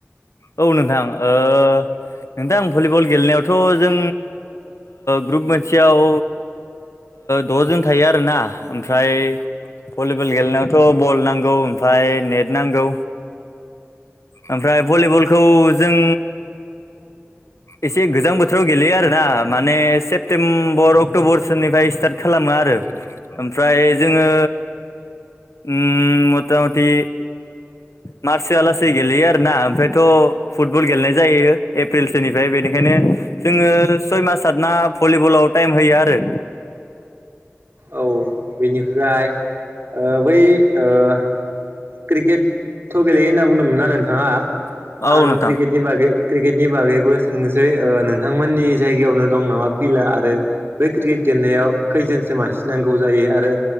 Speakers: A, on the left; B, on the right.
A: औ नोंथां ओ नोंथां भलिबल गेलेनायावथ' जों ग्रुप ओह मोनसेयाव द जोन थायो आरोना। ओमफ्राय भलिबल गेलेनायावथ' बल नांगौ ओमफ्राय नेट नांगौ। ओमफ्राय भलिबलखौ जों एसे गोजां बोथोराव गेलेयो आरोना माने सेप्तेम्बर अक्ट'बर सोनिफ्राय स्टार्ट खालामो आरो। ओमफ्राय जोङो। उ मथामथि मारस सोआलासे गेलेयो आरोना ओमफ्रायथ' फुटबल गेलेनाय जायो एप्रिलसोनिफ्राय बेनिखायनो जोङो। सय मास सात मास भलिबलाव टाइम होयो आरो।
B: औ बेनिफ्राय बै ओह क्रिकेट थ' गेलेयो होनना बुंदोंमोनना नोंथाङा
A: औ
B: आं
A: नोंथां
B: क्रिकेटनि बागै क्रिकेटनि बागैबो सोंनोसै नोंथांमोननि जायगायावनो दं नामा फिल्डआ आरो बै क्रिकेट गेलेनायाव खैजोनसो मानसि नांगौ जायो? आरो